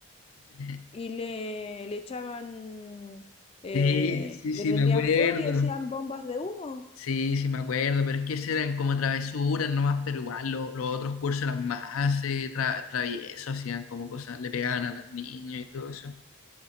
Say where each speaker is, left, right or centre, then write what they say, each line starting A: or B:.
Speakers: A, on the left; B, on the left.
A: <laughs>
B: y le, le echaban, eh,
A: Sí, sí, sí,
B: le prendían
A: me acuerdo.
B: fuego y hacían bombas de humo?
A: Sí, sí, me acuerdo, pero es que esas eran como travesuras nomás, pero igual lo- los otros cursos eran más eh, tra- traviesos, hacían como cosas, le pegaban a los niños y todo eso.